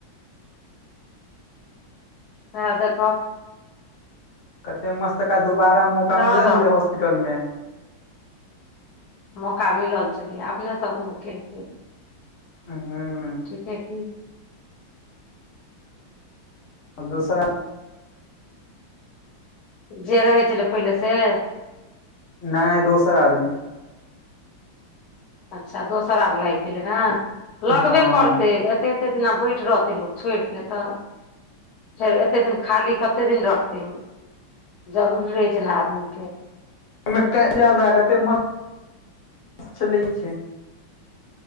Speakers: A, on the left; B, on the left.
A: सएह देखहक।
B: एते मस्त एकरा दुबारा मौका
A: रह
B: मिलल
A: दहक
B: छेलेै हॉस्पिटल मे
A: मौका मिलल छेलैये अपने स अपनो केलकै।
B: हँ।
A: ठीके की,
B: हम दोसरा
A: जे रहै छेलै, पहिले से
B: नैय दोसर आदमी
A: अच्छा दोसर आब लैग गेलै ने
B: हँ
A: लगबे करतै, एते -एते दिना बैठ रहतै लोक छोइड़ के तऽ, फेर एते दिन खाली कते दिन रखते जरूरी रहै छैय, न आदमी के
B: ओमे त ज्यादा कते मास <inaudible> चलै छैय